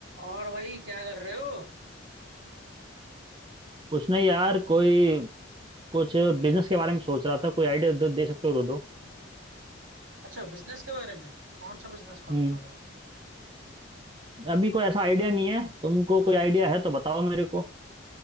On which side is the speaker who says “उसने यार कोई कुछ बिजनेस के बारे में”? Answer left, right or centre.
Right